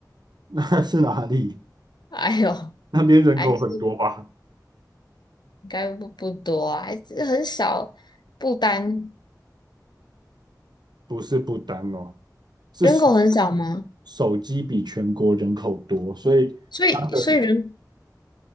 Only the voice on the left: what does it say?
哎呦，
还是应该不不多啊，还是很少。不丹
人口很少吗？
所以所以人